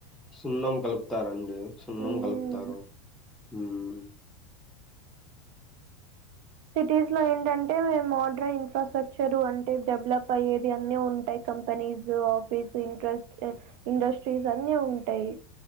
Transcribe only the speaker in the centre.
సున్నం కలుపుతారండి సున్నం
కలుపుతారు మ్మ్